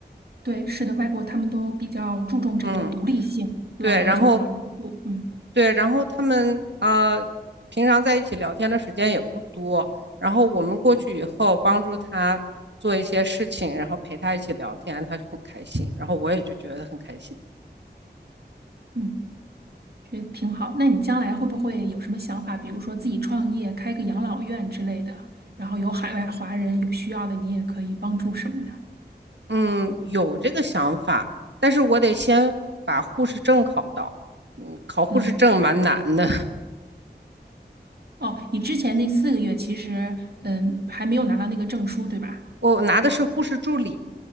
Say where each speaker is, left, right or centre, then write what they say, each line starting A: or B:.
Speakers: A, on the right; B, on the right.
A: 对，是的，外国他们都比较注重这个独立性，
B: 嗯，
A: 老人就是老人住，
B: 对，然后
A: 嗯
B: 对，然后他们啊、呃平常在一起聊天的时间也不多，然后我们过去以后帮助他做一些事情，然后陪他一起聊天，他就很开心，然后我也就觉得很开心。
A: 嗯。觉得挺好。那你将来会不会有什么想法？比如说自己创业，开个养老院之类的，然后有海外华人有需要的，你也可以帮助什么的。
B: 嗯，有这个想法，但是我得先把护士证考到。嗯，考护士证蛮难的，
A: 嗯，
B: <laughs>
A: 哦，你之前那四个月其实，嗯，还没有拿到那个证书，对吧？
B: 我拿的是护士助理。